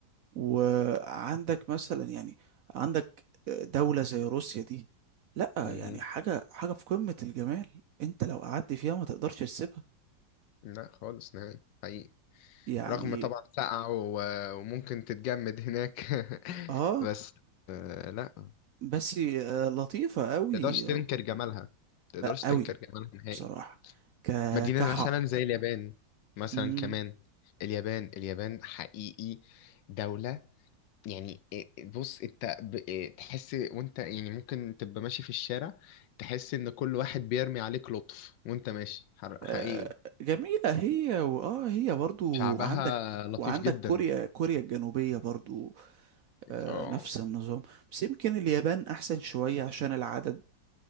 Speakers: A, on the right (about 65°); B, on the left (about 80°).
A: وعندك مثلا يعني عندك دولة زي روسيا دي لا
B: مهم.
A: يعني حاجة حاجة في قمة الجمال انت لو قعدت فيها ما تقدرش تسيبها
B: لا خالص نهائي حقيقي
A: يعني
B: رغم طبعا سقعة و- وممكن تتجمد هناك <laughs>
A: اه
B: بس آه، لا ما
A: بس آه، لطيفة قوي
B: تقدرش تنكر جمالها ما تقدرش
A: قوي
B: تنكر جمالها نهائي
A: بصراحة ك
B: مدينة
A: كحق
B: مثلا زي اليابان مثلا
A: مم.
B: كمان اليابان اليابان حقيقي دولة يعني إيه- إيه، بص انت ب- إيه، تحس وانت يعني ممكن تبقى ماشي في الشارع تحس ان كل واحد بيرمي عليك لطف وانت ماشي حر-
A: آه،
B: حقيقي
A: جميلة هي واه هي برضو
B: شعبها
A: عندك
B: لطيف
A: وعندك
B: جدا
A: كوريا كوريا الجنوبية برضو آه،
B: اه
A: نفس النظام بس يمكن اليابان احسن شوية عشان العدد